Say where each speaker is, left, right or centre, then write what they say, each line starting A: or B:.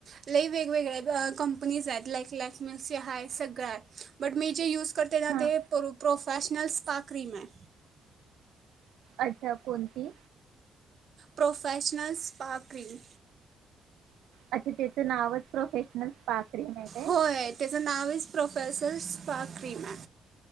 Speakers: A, on the right (about 50°); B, on the right (about 80°).
A: लई वेगवेगळ्या अ-ब कंपनीज हायत लाईक लॅकमेची हायं सगळं हायं बट मी जे यूज खरं तेला
B: हा
A: ते परु प्रॉफ फॅशनल स्पा क्रीम हायं
B: अच्छा कोणती
A: प्रोफेशनल स्पाक्रीम
B: अच्छा त्याचं नावच प्रोफेशनल स्पा क्रीम आहे काय?
A: होय त्याचं नावच प्रोफेस सेल्स स्पा क्रीम हायं